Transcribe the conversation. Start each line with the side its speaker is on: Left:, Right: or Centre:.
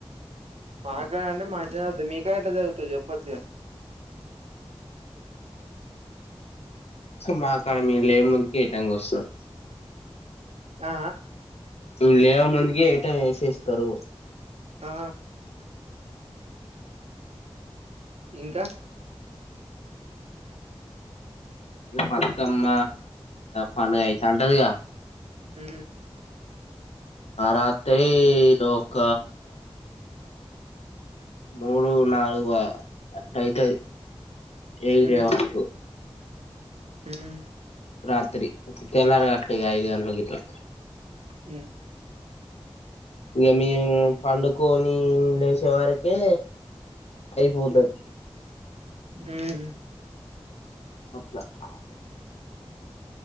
Right: మాకాడ అంటే మంచిగా చరుగుతుంది మీకా ఎట్ చరుగుతాది చెప్పొచ్చుగా
Left: మాకాడ మీ లే ముందుకిటాంగా వస్తదొ
Right: ఆ
Left: ను లేయ ముందుకి ఏటా ఏసేస్తరు
Right: ఆ ఇంకా
Left: బతుకమ్మ పండుగ అయితాంటదిగా
Right: అ
Left: ఆ రాత్రై దోక మూడు నాలుగు అట్లైతది ఏగి
Right: ఉమ్
Left: వరకు
Right: ఉమ్
Left: రాత్రి తెల్లారే గట్ల ఇగ ఐదు గంట్లకు గిట్లా
Right: ఉమ్
Left: ఇగ మేము పండుకోని లేచే వరకే అయిపోతది
Right: ఉమ్
Left: అట్లా అ